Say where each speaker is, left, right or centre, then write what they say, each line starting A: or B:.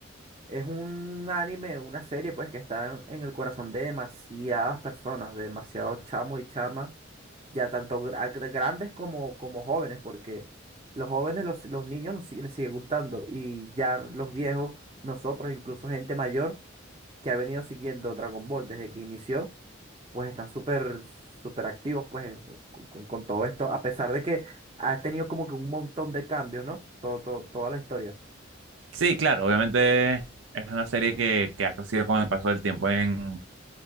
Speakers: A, on the right; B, on the right.
A: Es un anime, una serie, pues, que está en el corazón de demasiadas personas, de demasiados chamos y chamas, ya tanto gra- gra- grandes como, como jóvenes, porque los jóvenes, los, los niños los sigue- les sigue gustando, y ya los viejos, nosotros, incluso gente mayor que ha venido siguiendo Dragon Ball desde que inició, pues están súper, súper activos, pues, con, con- con todo esto, a pesar de que ha tenido como que un montón de cambios, ¿no? Todo, todo, toda la historia.
B: Sí, claro, obviamente es una serie que, que ha crecido con el paso del tiempo en,